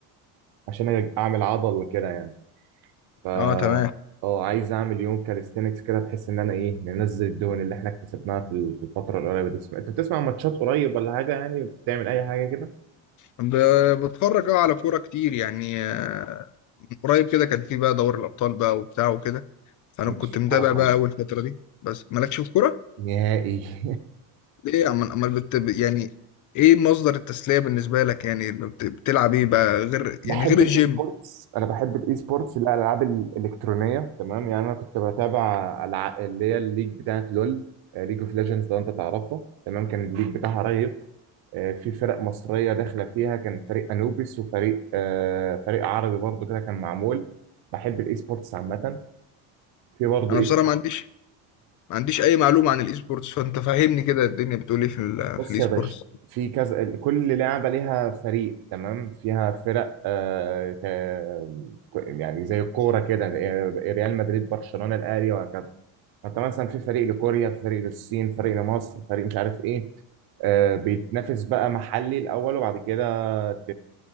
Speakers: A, on the right (about 60°); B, on the left (about 45°).
A: عشان اعمل عضل وكده يعني ف
B: اه تمام
A: اه عايز اعمل يوم كاليستينكس كده بحيث ان انا ايه ننزل الدهون اللي احنا اكتسبناها في ال- في الفتره القريبه دي اسمع- انت بتسمع ماتشات قريب ولا حاجه يعني بتعمل اي حاجه كده
B: ب- بتفرج اه على كوره كتير يعني آه، من قريب كده كان في بقى دوري الابطال بقى وبتاع وكده فانا
A: مش
B: كنت
A: في الكوره
B: متابع
A: خالص
B: بقى اول فتره دي بس مالكش في كوره
A: نهائي <laughs>
B: ليه عمال عمال بت يعني ايه مصدر التسليه بالنسبه لك يعني لما بت- بتلعب ايه بقى غير
A: بحب
B: يعني غير الجيم
A: الاي سبورتس انا بحب الاي سبورتس الالعاب الالكترونيه تمام يعني انا كنت بتابع الع... اللي هي الليج بتاعت لول ليج اوف ليجندز لو انت تعرفها تمام كان الليج بتاعها رهيب آه، في فرق مصريه داخله فيها كان فريق انوبيس وفريق آه، فريق عربي برضو كده كان معمول بحب الاي سبورتس عامه في برضو
B: انا
A: اي
B: بصراحه
A: سبورتس
B: ما عنديش ما عنديش اي معلومه عن الاي سبورتس فانت فهمني كده الدنيا بتقول ايه في ال-
A: بص
B: في الاي
A: يا
B: سبورتس
A: باشا في كذا كل لعبة ليها فريق تمام فيها فرق آه ت- يعني زي الكورة كده يعني ريال مدريد برشلونة الأهلي وهكذا فأنت مثلا في فريق لكوريا فريق للصين فريق لمصر فريق مش عارف إيه آه بيتنافس بقى محلي الأول وبعد كده ت-